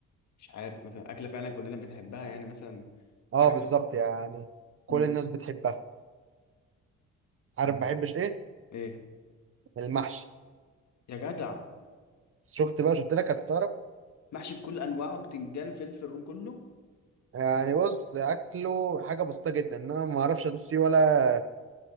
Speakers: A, on the left; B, on the right.
A: مش عارف مثلا اكله فعلا كلنا بنحبها يعني مثلا
B: اه
A: حاجه
B: بالظبط
A: في...
B: يعني كل
A: مم.
B: الناس بتحبها عارف
A: مم.
B: ما بحبش ايه
A: ايه
B: المحشي
A: يا جدع
B: شفت بقى شفت لك هتستغرب
A: محشي بكل انواعه بتنجان فلفل روم كله
B: يعني بص اكله حاجه بسيطه جدا إن انا ما اعرفش ادوس فيه ولا